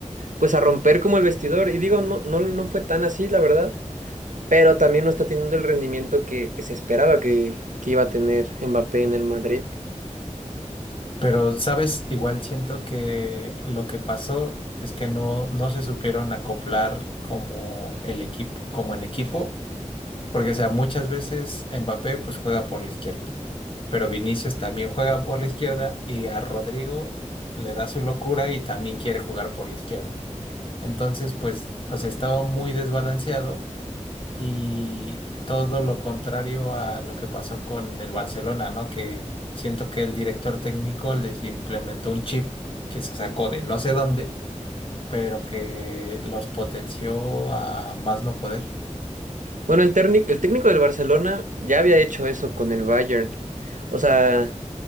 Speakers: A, on the right; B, on the left.
A: pues a romper como el vestidor. Y digo, no, no, no fue tan así, la verdad, pero también no está teniendo el rendimiento que, que se esperaba que, que iba a tener Mbappé en el Madrid.
B: Pero, ¿sabes? Igual siento que lo que pasó es que no, no se supieron acoplar como el equipo, como en equipo, porque, o sea, muchas veces Mbappé pues juega por la izquierda, pero Vinicius también juega por la izquierda y a Rodrigo le da su locura y también quiere jugar por la izquierda. Entonces, pues, o sea, estaba muy desbalanceado y todo lo contrario a lo que pasó con el Barcelona, ¿no? Que siento que el director técnico les implementó un chip que se sacó de no sé dónde, pero que los potenció a más no poder.
A: Bueno, el técnico, el técnico del Barcelona ya había hecho eso con el Bayern. O sea,